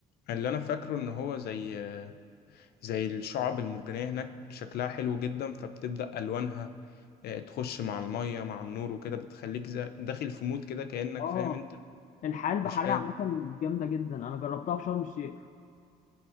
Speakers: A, on the left; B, on the left.
A: اللي أنا فاكره إن هو زي آه، زي الشعب المرجانية هناك شكلها حلو جدا فبتبدأ ألوانها آه، تخش مع المية مع النور وكده بتخليك زي... داخل في مود كده كأنك
B: اه
A: فاهم أنت
B: الحياه البحريه
A: مش فاهم
B: عامه جامده جدا انا جربتها في شرم الشيخ